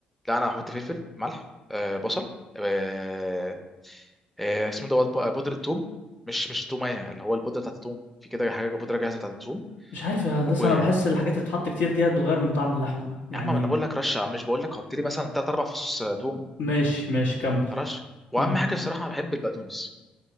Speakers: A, in the centre; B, on the left.
A: لا انا هحط فلفل ملح أه بصل أه أه اسمه دوت بقى بودره ثوم مش مش توميه اللي هو البودره بتاعت الثوم في كده حاجه بودره جاهزه بتاعت الثوم
B: مش عارف يا هندسة
A: و يا
B: انا بحس الحاجات اللي بتتحط كتير ديت بتغير من طعم اللحمة يعني
A: عم ما انا بقول لك رشه مش بقول لك حط لي مثلا ثلاث اربع فصوص آه، ثوم
B: ماشي ماشي كمل
A: رشه واهم
B: امم
A: حاجه الصراحه انا بحب البقدونس